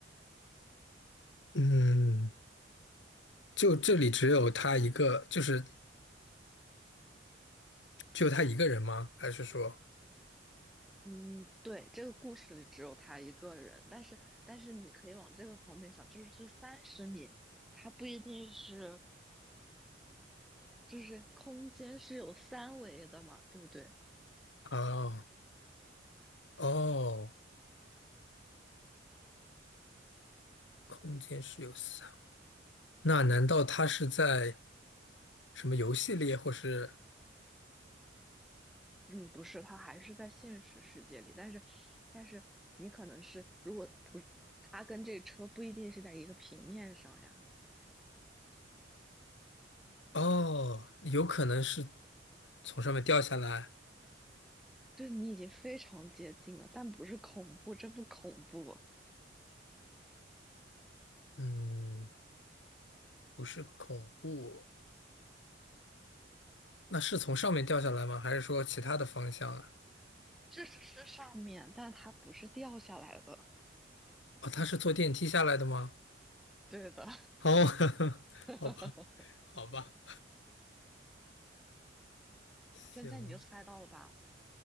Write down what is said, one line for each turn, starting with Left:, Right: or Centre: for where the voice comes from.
Left: 嗯，就这里只有他一个，就是只有他一个人吗？还是说
Centre: 嗯，对，这个故事里只有他一个人，但是但是你可以往这个方面想，就是这三十米，它不一定是就是空间是有三维的嘛，对不对？
Left: 啊哦？空间是有四，那难道他是在什么游戏里，或是
Centre: 嗯，不是，它还是在现实世界里，但是但是你可能是如果不，它跟这车不一定是在一个平面上呀，
Left: 哦，有可能是从上面掉下来？
Centre: 对你已经非常接近了，但不是恐怖，这不恐怖，
Left: 嗯，不是恐怖，那是从上面掉下来吗？还是说其他的方向啊？
Centre: 这是是上面，但它不是掉下来的，
Left: 哦，他是坐电梯下来的吗？
Centre: 对的。
Left: 哦，<laughs>
Centre: <laughs>
Left: 好吧，好吧，行，
Centre: 现在你就猜到了吧？